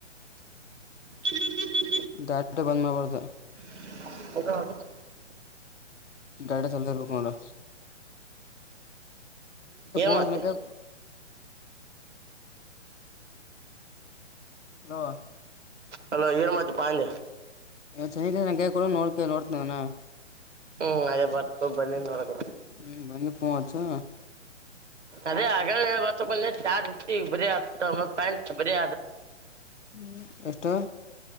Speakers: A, on the right; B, on the left.
A: <unintelligible>
B: ಡಾಟಾ ಬಂದ ಮಾಡಬಾರದು.
A: <unintelligible>
B: ಡಾಟಾ ಚಾಲು ಇರಬೇಕು ನೋಡು.
A: ಏನ್
B: <unintelligible>
A: ಮಾತೆ
B: ಹ್ಮ್ಮ್. ಹಲೋ.
A: ಹೆಲೋ ಏನು ಮತ್ತೆ ಪಾ ಅಂದೆ.
B: ಚಂಚೆ ಕಡೆ ನನ್ನ ಕೈ ಯಾಕ ಕೊಡು ನೋಡ್ತೀನಿ.
A: ಹ್ಮ್ ಅದೇ ಬರ್ತು ಬಂದಿನ ನೋಡಕ
B: ಹ್ಮ್ಮ್ ಬಂದಿದ ಪೋನ್ ಅಚ್ಚು.
A: ಅದೇ ಆ ಗಲಾನೇ ಆಚಬೇಕೂ ಅನಕೊನೆ ಚಾರ್ಜ್ ಇಟ್ಟು ಬರಿ ಹಾತೊಂಬತ್ತು ಪಾಯಿಂಟ್ ಬರಿ.
B: ಹ್ಮ ಎಷ್ಟು.